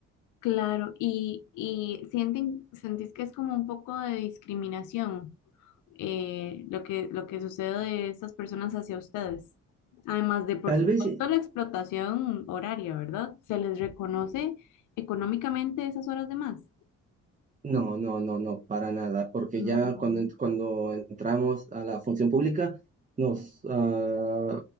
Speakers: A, on the left; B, on the right.
A: Claro, y, y sienten, sentís que es como un poco de discriminación eh, lo que, lo que sucede de estas personas hacia ustedes. Además de, por
B: Tal
A: supuesto,
B: vez, eh,
A: la explotación horaria, ¿verdad? ¿Se les reconoce económicamente esas horas de más?
B: no, no, no, no, para nada, porque
A: Mm,
B: ya cuando, en- cuando entramos a la función pública, nos ah,